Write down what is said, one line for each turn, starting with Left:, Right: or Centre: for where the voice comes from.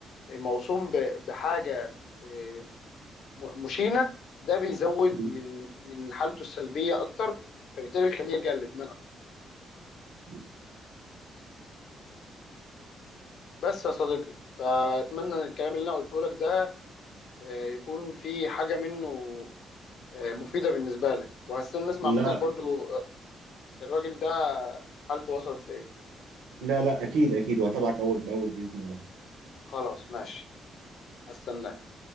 Left: موصوم ب- بحاجه آه، م- مشينه ده بيزود
Right: مم.
Left: من من حالته السلبيه اكتر فبالتالي بيخليه يلجا للادمان اكتر
Right: مم.
Left: بس يا صديقي فاتمنى ان الكلام اللي انا قلته لك ده آه، يكون في حاجه منه آه، مفيده بالنسبه لك وهستنى اسمع
Right: لا
Left: منك برضو آه، الراجل ده حالته وصلت لايه
Right: لا لا اكيد اكيد وهتابعك اول باول باذن الله
Left: خلاص ماشي هستناك